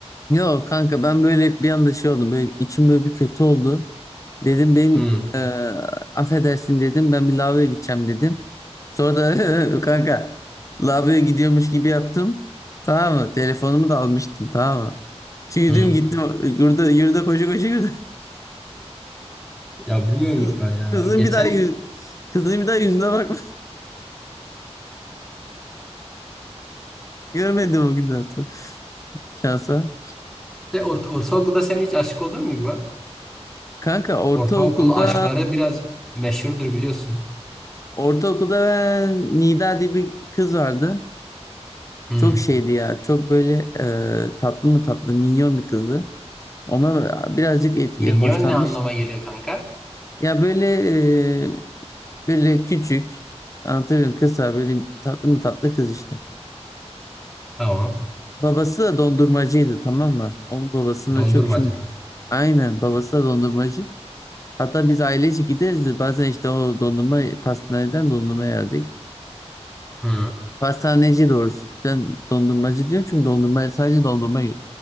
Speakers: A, on the left (about 30°); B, in the centre.
A: Yok kanka ben böyle bir anda şey oldum. Böyle içim böyle bir kötü oldu. Dedim benim
B: Hı.
A: e, affedersin dedim. Ben bir lavaboya gideceğim dedim. Sonra da <laughs> kanka lavaboya gidiyormuş gibi yaptım. Tamam mı? Telefonumu da almıştım tamam mı? Yürüdüm
B: Hı.
A: gittim. Yurda, yurda koşu koşu yürüdüm.
B: Ya bilmiyorum
A: Kız,
B: İkbal ya.
A: kızın
B: Geçen
A: bir daha yüz, kızın bir daha yüzüne bakma. <laughs> Görmedim o günden sonra. Şansa.
B: de orta, ortaokulda sen hiç aşık olur mu İkbal?
A: Kanka ortaokulda
B: Ortaokul aşkları biraz meşhurdur biliyorsun.
A: ortaokulda ben Nida diye bir kız vardı.
B: Hı.
A: Çok şeydi ya. Çok böyle e, tatlı mı tatlı minyon bir kızdı. Ona birazcık etki,
B: Minyon
A: hoşlanmış.
B: ne anlama geliyor kanka?
A: Ya böyle e, böyle küçük anlatabiliyorum kısa böyle tatlı mı tatlı kız işte.
B: Tamam.
A: Babası da dondurmacıydı tamam mı? Onun babasını
B: Dondurmacı.
A: da çok çünkü aynen babası da dondurmacı. Hatta biz ailece gideriz de bazen işte o dondurma pastaneden dondurma yerdik.
B: Hı.
A: Pastaneci doğrusu. Ben dondurmacı diyorum çünkü dondurma sadece dondurma yiyor.